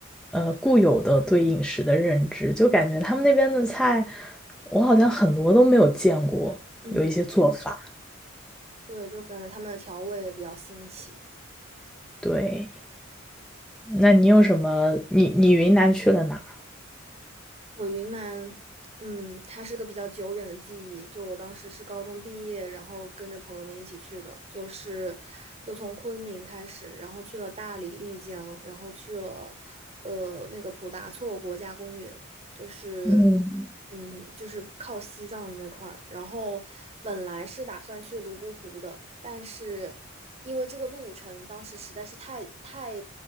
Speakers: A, in the centre; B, on the right.
A: 呃固有的对饮食的认知，就感觉他们那边的菜，我好像很多都没有见过，
B: 嗯，
A: 有一些做法。
B: 对，就感觉他们的调味也比较新奇。
A: 对，那你有什么？你你云南去了哪儿？
B: 我云南，嗯，它是个比较久远的记忆。就我当时是高中毕业，然后跟着朋友们一起去的，就是就从昆明开始，然后去了大理、丽江，然后去了呃那个普达措国家公园，就是
A: 嗯
B: 嗯就是靠西藏那块儿。然后本来是打算去泸沽湖的，但是因为这个路程当时实在是太太